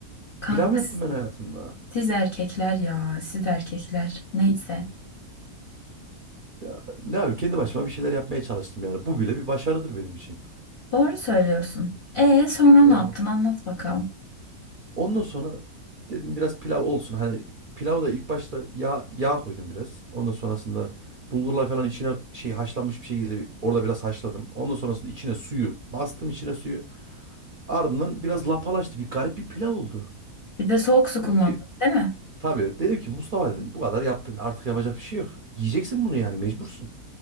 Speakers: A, on the left (about 55°); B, on the right (about 55°).
A: Kanka
B: Plan mı yaptım
A: s-
B: ben hayatımda?
A: siz erkekler ya, siz erkekler. Neyse.
B: Ya ne yapayım kendi başıma bir şeyler yapmaya çalıştım yani. Bu bile bir başarıdır benim için.
A: Doğru söylüyorsun. E sonra ne
B: Yani
A: yaptın? Anlat bakalım.
B: ondan sonra dedim biraz pilav olsun. Hani pilavda da ilk başta yağ, yağ koydum biraz. Ondan sonrasında bulgurlar falan içine şey haşlanmış bir şekilde orada biraz haşladım. Ondan sonrasında içine suyu bastım içine suyu. Ardından biraz lapalaştı. Bir garip bir pilav oldu.
A: Bir de soğuk su kullandın,
B: Dedim ki
A: değil mi?
B: Tabii dedim ki Mustafa dedim bu kadar yaptın artık yapacak bir şey yok. Yiyeceksin bunu yani mecbursun.